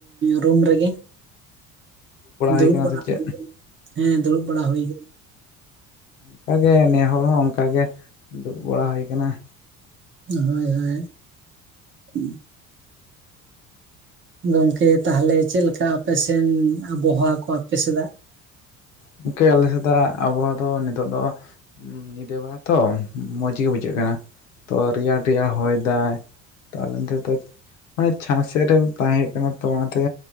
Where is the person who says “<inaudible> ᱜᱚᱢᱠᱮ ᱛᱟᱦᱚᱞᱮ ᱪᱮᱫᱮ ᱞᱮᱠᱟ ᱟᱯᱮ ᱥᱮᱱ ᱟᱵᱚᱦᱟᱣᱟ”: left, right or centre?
Right